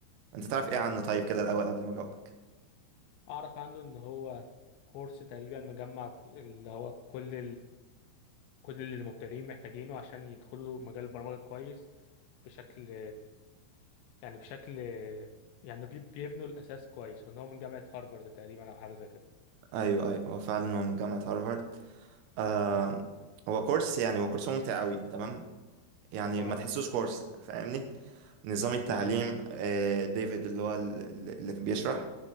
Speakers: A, on the right; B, on the left.
A: انت تعرف ايه
B: اه
A: عنه طيب كده الاول قبل ما اجاوبك
B: اعرف عنه ان هو كورس تقريبا مجمع اللي هو كل كل اللي مبتدئين محتاجينه عشان يدخلوا مجال البرمجة كويس بشكل يعني بشكل يعني بي- بيبنوا الأساس كويس وإن هو من جامعة هارفارد تقريبا أو حاجة زي كده
A: ايوه ايوه هو فعلا هو من جامعة هارفارد آه
B: اه
A: هو كورس يعني هو كورس ممتع قوي تمام يعني
B: اه
A: ما تحسوش كورس فاهمني نظام التعليم
B: أي
A: آه ديفيد اللي هو ال- ال- اللي بيشرح